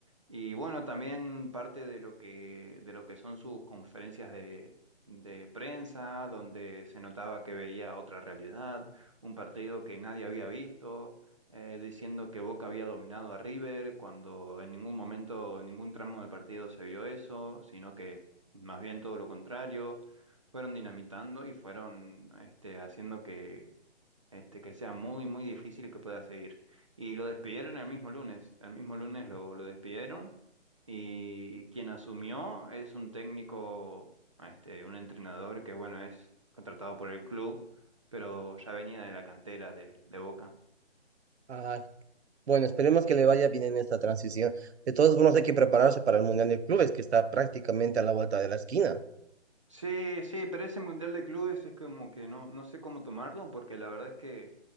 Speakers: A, on the right; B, on the right.
A: Y bueno, también parte de lo que, de lo que son sus conferencias de, de prensa, donde se notaba que veía otra realidad, un partido que nadie había visto, eh, diciendo que Boca había dominado a River, cuando en ningún momento, en ningún tramo del partido se vio eso, sino que más bien todo lo contrario fueron dinamitando y fueron este, haciendo que, este, que sea muy, muy difícil que pueda seguir. Y lo despidieron el mismo lunes, el mismo lunes lo, lo despidieron y quien asumió es un técnico, este, un entrenador que, bueno, es contratado por el club, pero ya venía de la cantera de, de Boca.
B: Ay, bueno, esperemos que le vaya bien en esta transición. De todos modos, hay que prepararse para el Mundial de Clubes, que está prácticamente a la vuelta de la esquina.
A: Sí, sí, pero ese Mundial de Clubes es como que no, no sé cómo tomarlo, porque la verdad es que